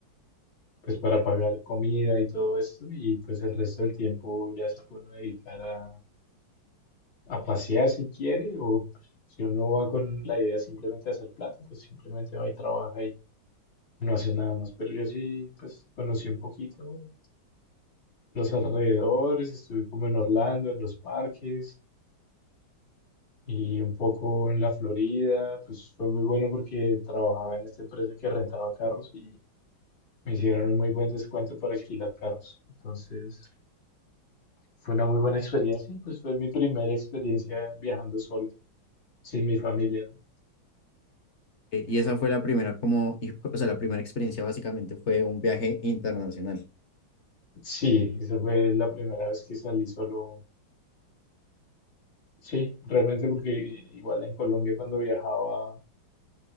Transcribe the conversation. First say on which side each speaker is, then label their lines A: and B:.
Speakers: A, on the left (about 70°); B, on the left (about 40°).
A: pues para pagar comida y todo esto, y pues el resto del tiempo ya se puede uno dedicar a, a pasear si quiere, o pues, si uno va con la idea simplemente de hacer plata, pues simplemente va y trabaja y no hace nada más. Pero yo sí, pues conocí un poquito los alrededores, estuve como en Orlando, en los parques. y un poco en la Florida, pues fue muy bueno porque trabajaba en esta empresa que rentaba carros y me hicieron un muy buen descuento para alquilar carros. Entonces fue una muy buena experiencia y pues fue mi primera experiencia viajando solo, sin mi familia, ¿no?
B: Eh, Y esa fue la primera como, y- o sea, la primera experiencia básicamente fue un viaje internacional.
A: Sí, esa fue la primera vez que salí solo. Sí, realmente porque igual en Colombia cuando viajaba